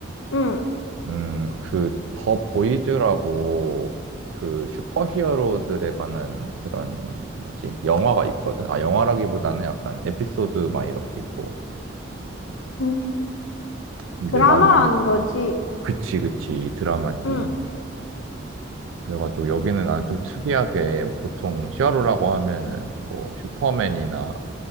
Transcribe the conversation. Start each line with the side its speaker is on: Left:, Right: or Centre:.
Left: 응.
Right: 음, 그 더 보이즈라고 그 슈퍼 히어로들에 관한 그런 뭐지? 영화가 있거든? 아, 영화라기보다는 약간 에피소드 막 이렇게 있고.
Left: 음,
Right: 근데
Left: 드라마라는
Right: 나는
Left: 거지.
Right: 그치, 그치, 드라마지.
Left: 응,
Right: 그래가지고 여기는 나는 좀 특이하게 보통 히어로라고 하면은 뭐 슈퍼맨이나